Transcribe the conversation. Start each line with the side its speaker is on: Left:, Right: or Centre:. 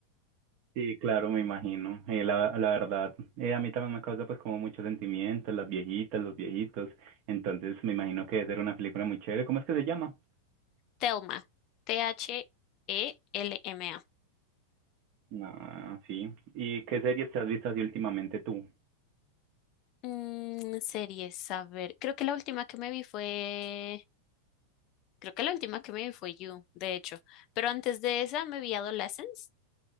Right: sí, claro, me imagino. Eh, la, la verdad, eh, a mí también me causa pues como muchos sentimientos, las viejitas, los viejitos. Entonces me imagino que debe ser una película muy chévere. ¿Cómo es que se llama?
Left: Thelma. T-H-E-L-M-A.
Right: Ah, sí. ¿Y qué series te has visto así últimamente tú?
Left: Mm, series, a ver. Creo que la última que me vi fue. Creo que la última que me vi fue You, de hecho. Pero antes de esa me vi Adolescence.